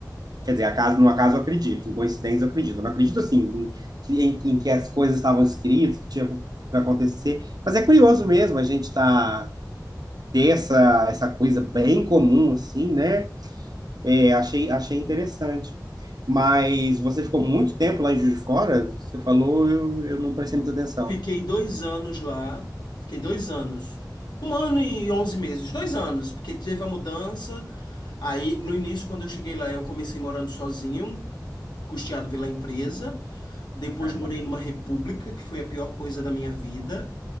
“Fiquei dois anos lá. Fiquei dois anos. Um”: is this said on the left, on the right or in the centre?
Left